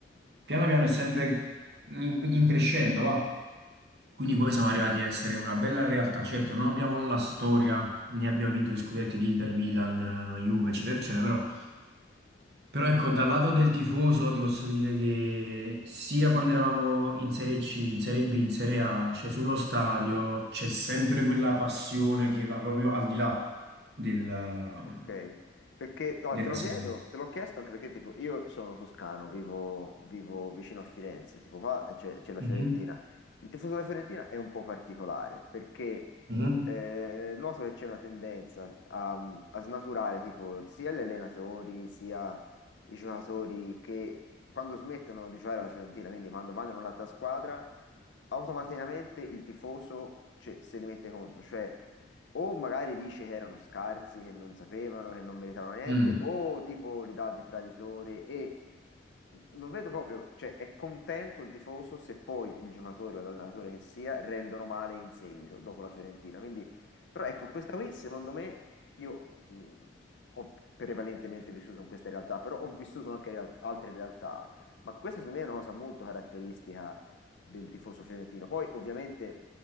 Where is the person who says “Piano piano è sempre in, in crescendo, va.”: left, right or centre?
Right